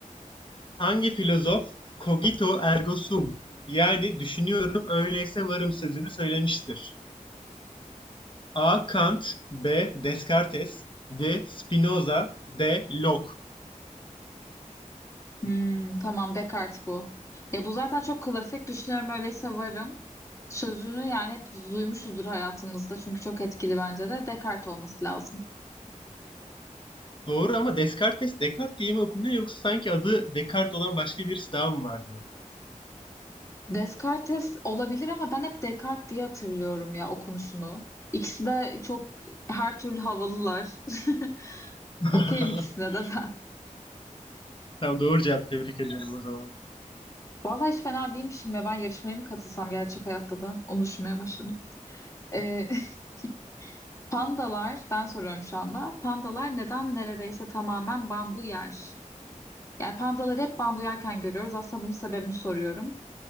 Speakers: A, on the left; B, on the left.
A: Hangi filozof cogito ergo sum yani düşünüyorum öyleyse varım sözünü söylemiştir? A. Kant B. Descartes C. Spinoza D. Locke
B: Hmm, tamam Descartes bu. Ya bu zaten çok klasik. Düşünüyorum öyleyse varım. Sözünü yani hep duymuşuzdur hayatımızda. Çünkü çok etkili bence de. Descartes olması lazım.
A: Doğru ama Descartes Descartes diye mi okunuyor yoksa sanki adı Descartes olan başka birisi daha mı vardı?
B: Descartes olabilir ama ben hep Descartes diye hatırlıyorum ya okunuşunu. İkisi de çok her türlü havalılar. <laughs>
A: <laughs>
B: Okeyim ikisine de ben.
A: Tamam doğru cevap tebrik ediyorum o zaman.
B: Vallahi hiç fena değilmişim ya. Ben yarışmaya mı katılsam gerçek hayatta da? Onu düşünmeye başladım. Ee, <laughs> pandalar, ben soruyorum şu anda. Pandalar neden neredeyse tamamen bambu yer? Yani pandaları hep bambu yerken görüyoruz. Aslında bunun sebebini soruyorum.